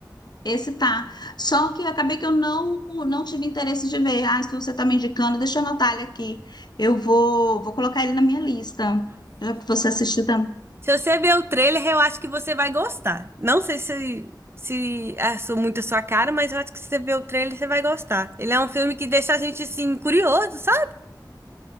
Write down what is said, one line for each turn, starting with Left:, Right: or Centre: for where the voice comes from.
Left: Esse tá. Só que acabei que eu não não tive interesse de ver. Ah, se você tá me indicando, deixa eu anotar ele aqui. Eu vou vou colocar ele na minha lista. Já que você assistiu também.
Right: Se você ver o trailer, eu acho que você vai gostar. Não sei se, se é su- muito a sua cara, mas eu acho que se você ver o trailer, você vai gostar. Ele é um filme que deixa a gente, assim, curioso, sabe?